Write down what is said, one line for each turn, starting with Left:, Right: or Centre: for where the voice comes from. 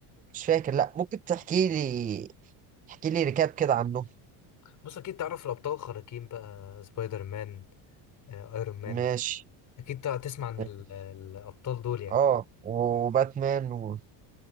Right: مش فاكر لا ممكن تحكي لي تحكي لي ركاب كده عنه
Left: بص اكيد تعرف الابطال الخارقين بقى سبايدر مان آه، ايرون مان
Right: ماشي
Left: اكيد تع- تسمع عن
Right: ماشي
Left: ال- الابطال دول يعني
Right: اه وباتمان و...